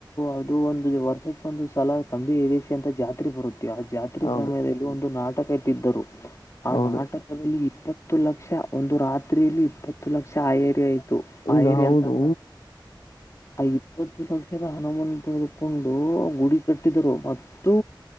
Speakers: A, on the left; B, on the left.
A: ಅದು ಒಂದು ವರ್ಷಕ್ಕೆ ಒಂದು ಸಲ ಕಮ್ಮಿ ವೇಶಿ ಅಂತ ಜಾತ್ರೆ ಬರುತ್ತೆ ಜಾತ್ರೆ
B: ಹೌದು
A: ಸಮಯದಲ್ಲಿ ಒಂದು ನಾಟಕ ಇಟ್ಟಿದ್ದರು ಆ
B: ಹೌದು
A: ನಾಟಕದಲ್ಲಿ ಇಪ್ಪತ್ತು ಲಕ್ಷ ಒಂದು ರಾತ್ರಿಯಲ್ಲಿ ಇಪ್ಪತ್ತು ಲಕ್ಷ ಆಯರಿ ಆಯತು ಪಾಯರಿ
B: ಈಗ ಹೌದು
A: ಅಂತ್ರ ಆ ಇಪ್ಪತ್ತು ಲಕ್ಷದ ಹಣವನ್ನು ತೆಗೆಕೊಂಡು ಗುಡಿ ಕಟ್ಟರು ಮತ್ತು